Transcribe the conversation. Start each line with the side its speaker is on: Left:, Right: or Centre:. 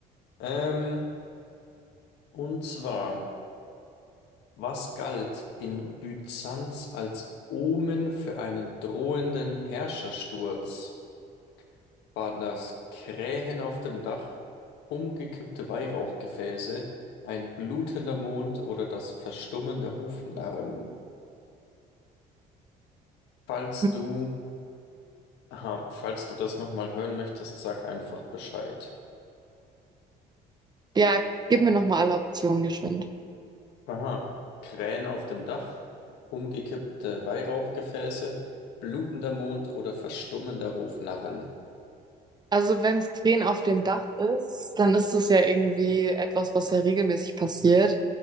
Left: Ähm, und zwar, was galt in Byzanz als Omen für einen drohenden Herrschersturz? Waren das Krähen auf dem Dach, umgekippte Weihrauchgefäße, ein blutender Mond oder das Verstummen der Hofnarren? Falls
Right: <laughs>
Left: du, aha, falls du das nochmal hören möchtest, sag einfach Bescheid.
Right: Ja, gib mir nochmal alle Optionen geschwind.
Left: Aha, Krähen auf dem Dach, umgekippte Weihrauchgefäße, blutender Mond oder verstummender Hofnarren.
Right: Also wenn es Krähen auf dem Dach ist, dann ist das ja irgendwie etwas, was ja regelmäßig passiert.